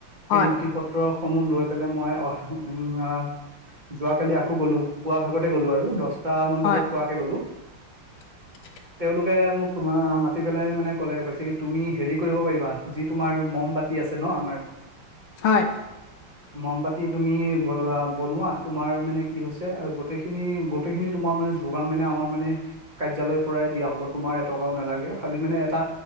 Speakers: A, on the left (about 85°); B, on the right (about 25°).
A: হয়,
B: সেই নথি - পত্ৰসমূহ লৈ পেলাই মই আহা - যোৱাকালি আকৌ গ'লো। পুৱা ভাগতে গলো আৰু দশটামান
A: হয়,
B: বজাত পুৱাকে গ'লো।
A: <unintelligible>
B: তেওঁলোকে মোক মা মাতি পেলাই মানে কলে, কৈছে কি তুমি হেৰি কৰিব পাৰিবা যি তোমাৰ মম বা তি আছে ন আমাৰ।
A: হয়।
B: মমবতি তুমি বনোৱা বনোৱা, তোমাৰ মানে কি হৈছে গোটেইখিনি গোটেইখিনি তোমাৰ মানে - যোগান মানে আমৰ মানে - কাৰ্যালয়ৰ পৰাই দিয়া হ'ব তোমাৰ এটকাও নালাগে খালি মানে এটা